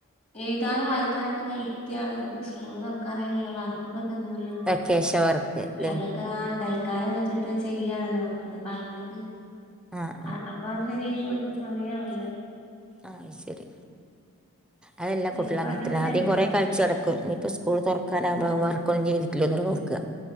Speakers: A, on the left; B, in the centre.
A: എഴുതാനും വായിക്കാനൊക്കെ ഇങ്ങനെ ഇരിക്കാണ് സ്കൂള് തൊർ കറല്ലേ വർക്കൊക്കെ തന്ന്ണ്
B: വെക്കേഷൻ വർക്ക് ല്ലേ
A: അത ആഹ് തൽക്കാലം വെച്ച്ട്ട് ചെയ്യണല്ലോ മക്കള് പറഞ്ഞത്
B: ആഹ് ആഹ്
A: അ അപ്പൊ അതുവരെ ഓൾക്ക് സമയാവ് ല്ല
B: ആഹ് ശരി അതെല്ലാം കൂട്ടികള്
A: ഇപ്പൊ
B: അങ്ങനതന്നെ
A: അതിന്റെ തിരക്കാണ്
B: ആദ്യം കൊറെ കളിച്ച ടക്കും ഇനിപ്പ സ് സ്കുൾ തുറക്കാനാവുമ്പോഅഹ് മറക്കും <unintelligible> തോർക്കാ